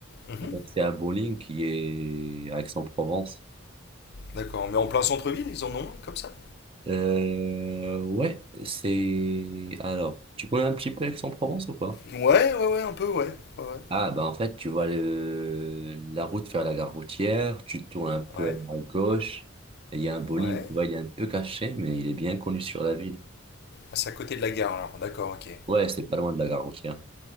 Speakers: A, on the left; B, on the right.
A: Mhm,
B: Et donc, c'est à Bowling qui est à Aix-en-Provence.
A: D'accord, mais en plein centre-ville, ils en ont un comme ça
B: Euh, ouais, c'est... Alors, tu connais un petit peu Aix-en-Provence ou pas?
A: Ouais, ouais, ouais, un peu, ouais. Ouais, ouais.
B: Ah, bah en fait, tu vois le... la route vers la gare routière, tu tournes un peu
A: Ouais,
B: à gauche, et il y a un bowling,
A: ouais.
B: tu vois, il est un peu caché, mais il est bien connu sur la ville.
A: Ah, c'est à côté de la gare alors, d'accord, ok. Ouais,
B: Ouais, c'est pas loin de la gare routière.